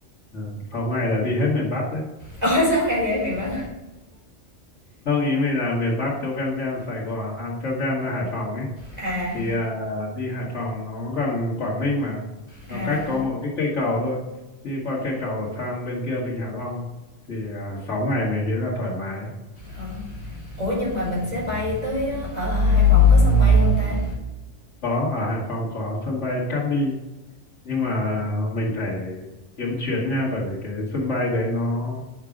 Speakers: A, on the left (about 80°); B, on the right (about 35°).
A: ờ, sáu ngày là đi hết miền Bắc đấy
B: Ủa, <laughs> 6 ngày đi ở miền Bắc
A: không ý mình là miền Bắc chỗ ven ven Sài Gòn à ven ven Hải Phòng ấy
B: À,
A: thì ờ, đi Hải Phòng nó gần Quảng Ninh mà
B: à,
A: nó cách có mỗi cái cây cầu thôi đi qua cây cầu là sang bên kia Vịnh Hạ Long thì à, 6 ngày mình nghĩ là thoải mái
B: ờ. Ủa nhưng mà mình sẽ bay tới ờ, ở ở Hải Phòng có sân bay không ta?
A: có ở Hải Phòng có sân bay Cát Bi nhưng mà mình phải kiếm chuyến nha bởi vì cái sân bay đấy nó